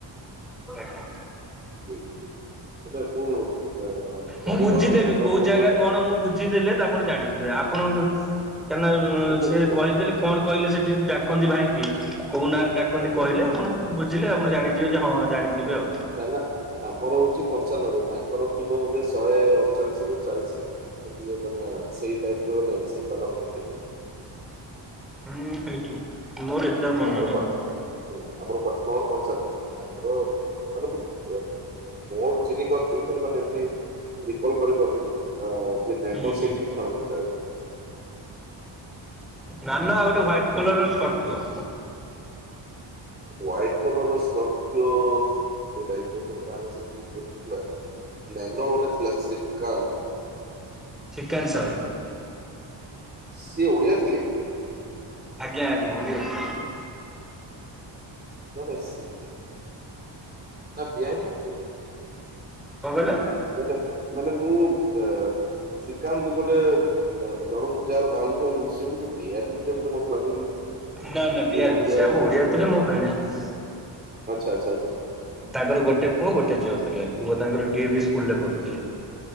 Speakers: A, in the centre; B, on the right.
A: ନିଲ
B: <unintelligible> ଜାଣିପାରୁଛି
A: ମୁଁ ବୁଝିଦେବି
B: ନାଲୋ
A: କୋଉ
B: କହୁଛନ୍ତି
A: ଜାଗା କଣ ମୁଁ ବୁଝିଦେଲେ ଆପଣ ଜାଣିଯିବେ ଆପଣ କାରଣ ରେ
B: ମୁଁ
A: ସେ
B: ମାନେ
A: କହିଦେଲେ କଣ କହିଲେ ସେଠି ଡାକନ୍ତି ଭାଇକି କୋଉ ନାଁରେ ଡାକନ୍ତି
B: ହଁ ହଁ।
A: କହିଲେ ଆପଣ ବୁଝିଲେ ଆପଣ ଜାଣିଯିବେ ହଁ। ଜାଣିଥିବେ
B: ହଁ କାହିଁକି
A: ଆଉ
B: ନା ଆମର ହଉଛି ପଞ୍ଚାନବେ ତାଙ୍କର ଥିବ ବୋ ଶହେ ଅଠଚାଳିଶ ରୁ ଚାଳିଶ। ଏମିତି <unintelligible> ସେଇ ଲାଇନରେ ଥିବ ସେଇ ପାଖା ପାଖି ଥିବ।
A: ହୁଁ ସେଇତୁ ମୋର ଏତେ ଆଉ ମନେ
B: ଆମର
A: ନାହିଁ।
B: କ୍ୱାଟର ହୁଁ ଆପଣଙ୍କ କ୍ୱେଟର ନମ୍ବର ପଞ୍ଚାନେବେ ତାଙ୍କର ମୋର ଚିହ୍ନି ପାରୁଥିଲି କିନ୍ତୁ ମାନେ ଏମତି ରିକଲ କରିପାରୁନି ଆ ସେ ନେନୋ
A: ହୁଁ ହୁଁ
B: ସିଟିି
A: ହୁଁ
B: କାହାର ଥିଲା ବୋଲି।
A: ନାନା ଆଉ ଗୋଟେ ୱାଇଟ କଲରର Scorpio.
B: White colour Scorpio <unintelligible> car ସେମିତି ନ <inaudible> ନେନ ଗୋଟେ ଥିଲା ଶ୍ରୀକାନ୍ତ।
A: ଚିକେନ୍ ସାହୁ।
B: ସିଏ ଓଡିଆ ଥିଲେ।
A: ଆଜ୍ଞା ଆଜ୍ଞା ଓଡ଼ିଆ।
B: ନା ନା ଶ୍ରୀ ନା ବିହାରି ଥିଲେ।
A: କଣ କହିଲ
B: ମାନେ ମାନେ ମୁଁ ୱେ ଶ୍ରୀକାନ୍ତ ଗୋଟେ ଏ ବ ଜଣଙ୍କୁ ଯାହାର <unintelligible> ବୋଧେ ବିହାରି ଥିଲେ ମୋତେ ବୋଧେ ଲାଗୁଛି।
A: ନା ନା
B: ଇଏ
A: ବିହାର
B: ଓଡିଆ
A: ନୁହେଁ ସେ ଆମ ଓଡିଆ ଥିଲେ ମୋ ଭିଣେଇ।
B: ଆଚ୍ଛା ଆଚ୍ଛା ଆଚ୍ଛା।
A: ତାଙ୍କର ଗୋଟେ ପୁଅ ଗୋଟେ ଝିଅ ଥିଲେ ପୁଅ ତାଙ୍କର ଡିଏ ବି ସ୍କୁଲ ରେ ପଢ଼ୁଥିଲେ।